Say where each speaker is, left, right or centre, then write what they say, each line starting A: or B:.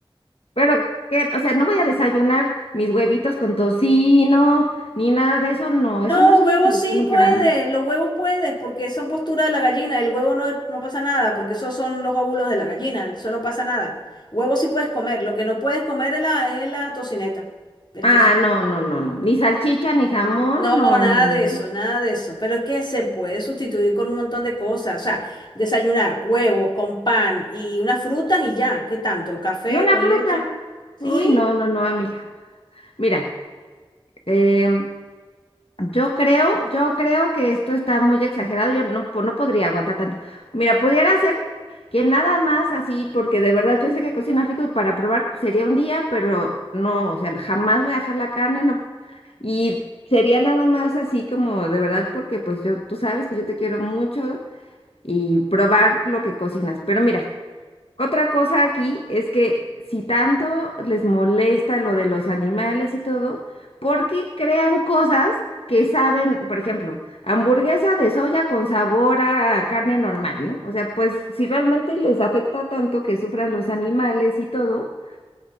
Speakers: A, on the left; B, on the left.
A: pero, ¿qué? O sea, no voy a desayunar mis huevitos con tocino, ni nada de eso, no.
B: No,
A: Eso no es
B: huevos
A: un desayuno
B: sí puedes,
A: para mí.
B: los huevos puedes, porque son postura de la gallina, el huevo no, no pasa nada, porque esos son los óvulos de la gallina, eso no pasa nada. Huevos sí puedes comer, lo que no puedes comer es la, es la tocineta, el
A: Ah,
B: tocino.
A: no, no, no, no. Ni salchicha, ni jamón,
B: No,
A: no,
B: nada
A: no, no.
B: de eso,
A: no.
B: nada de eso. Pero es que se puede sustituir con un montón de cosas. O sea, desayunar huevos con pan y unas frutas y ya. ¿Qué tanto? ¿Café
A: Yo la
B: con
A: fruta.
B: leche? Sí.
A: Uy, no, no, no, amiga. Mira, em, yo creo, yo creo que esto está muy exagerado. Yo no, po- no podría aguantar tanto. Mira, pudiera ser que nada más así, porque de verdad yo sé que cocina rico y para probar sería un día, pero no, o sea, jamás voy a dejar la carne, no. Y sería nada más así como de verdad, porque pues yo, tú sabes que yo te quiero mucho y probar lo que cocinas. Pero mira. Otra cosa aquí es que si tanto les molesta lo de los animales y todo, ¿por qué crean cosas que saben, por ejemplo, hamburguesa de soya con sabor a carne normal, ¿no? O sea, pues si realmente les afecta tanto que sufran los animales y todo,